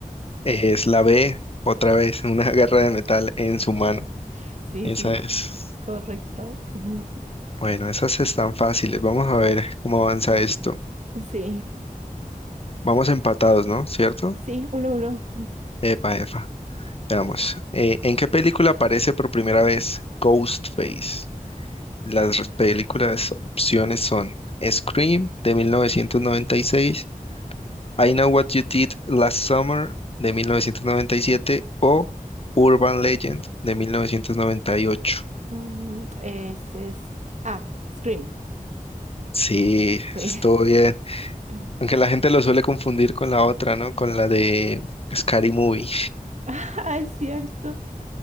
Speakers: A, on the left; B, on the right.
A: Es la B, otra vez, una <laughs> garra de metal en
B: <laughs>
A: su mano.
B: Sí,
A: Esa
B: sí,
A: es.
B: correcto. <laughs>
A: Bueno, esas están fáciles. Vamos a ver cómo avanza esto.
B: Sí,
A: Vamos empatados, ¿no? ¿Cierto?
B: sí, uno, uno.
A: Epa, epa. Veamos. eh, ¿en qué película aparece por primera vez Ghostface? Las res- películas opciones son Scream de 1996, I Know What You Did Last Summer de 1997 o Urban Legend de 1998.
B: Mm, Ese es A, Scream.
A: Sí,
B: Sí.
A: estuvo bien.
B: <laughs>
A: Aunque la gente lo suele confundir con la otra, ¿no? Con la de Scary Movie.
B: Ah, es cierto.